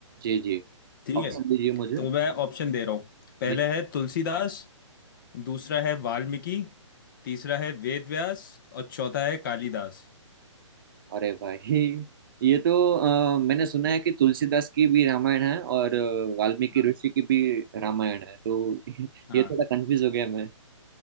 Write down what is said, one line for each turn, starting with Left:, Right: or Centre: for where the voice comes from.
Right: जी जी
Left: ठीक
Right: ऑप्शन
Left: है
Right: दीजिए मुझे
Left: तो मैं ऑप्शन दे रहा हूँ पहला
Right: जी
Left: है तुलसीदास दूसरा है वाल्मीकि तीसरा है वेद व्यास और चौथा है कालिदास
Right: अरे भाई ये तो अ, मैंने सुना है कि तुलसीदास की भी रामायण है और अ, वाल्मीकि
Left: हाँ
Right: ऋषि की भी रामायण है तो <laughs>
Left: हाँ
Right: ये थोड़ा कंफ्यूज हो गया मैं